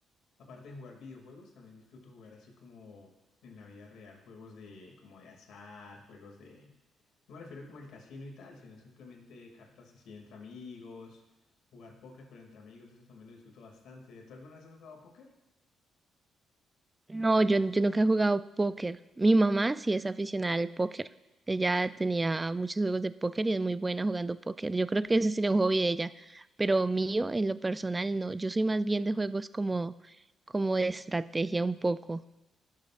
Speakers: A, on the left; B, on the right.
A: Aparte de jugar videojuegos, también disfruto jugar así como en la vida real, juegos de como de azar, juegos de... No me refiero como al casino y tal, sino simplemente cartas así entre amigos, jugar póker pero entre amigos, eso también lo disfruto bastante. ¿Tú alguna vez has jugado póker?
B: No, yo, yo nunca he jugado póker. Mi mamá sí es aficionada al póker. Ella tenía muchos juegos de póker y es muy buena jugando póker. Yo creo que ese sería un hobby de ella, pero mío, en lo personal, no. Yo soy más bien de juegos como, como de estrategia un poco.